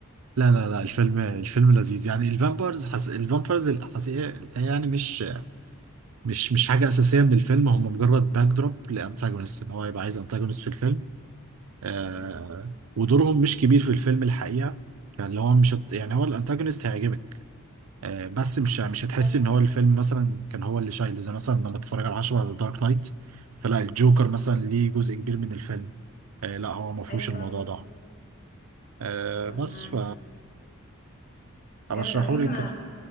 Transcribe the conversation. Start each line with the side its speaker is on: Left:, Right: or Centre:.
Right: لا لا لا الفيلم الفيلم لذيذ يعني الفامبرز حس... الفامبرز الحقيقة الحقيقة يعني مش مش مش حاجة أساسية من الفيلم هم مجرد باك دروب لأنتاجونست إن هو يبقى عايز أنتاجونست في الفيلم آه...
Left: امم
Right: ودورهم مش كبير في الفيلم الحقيقة اللي هو مش هت... يعني هو الأنتاجونست هيعجبك آه... بس مش مش هتحس
Left: حلو
Right: إن هو الفيلم مثلا كان هو اللي شايله زي مثلا لما تتفرج على 10 على دارك نايت فلا الجوكر مثلا ليه جزء كبير من الفيلم آه... لا هو ما فيهوش
Left: ايوه فعلا
Right: الموضوع ده آه...
Left: طب
Right: بس
Left: ما
Right: ف
Left: جامد
Right: أرشحهولك
Left: قوي ممكن
Right: كده
Left: أ...